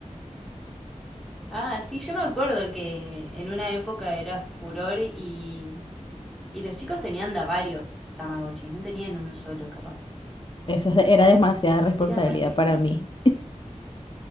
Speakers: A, in the centre; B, on the left.
A: Ah, sí, yo me acuerdo que en una época era furor y, y los chicos tenían da varios Tamagotchis, no tenían uno solo capaz.
B: Eso es- era demasiada responsabilidad
A: Era rarísimo.
B: para mí.